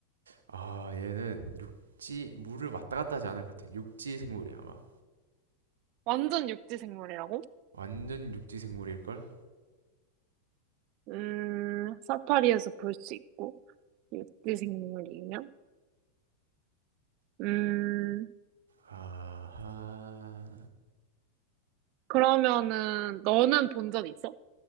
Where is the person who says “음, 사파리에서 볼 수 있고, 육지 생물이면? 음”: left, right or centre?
Right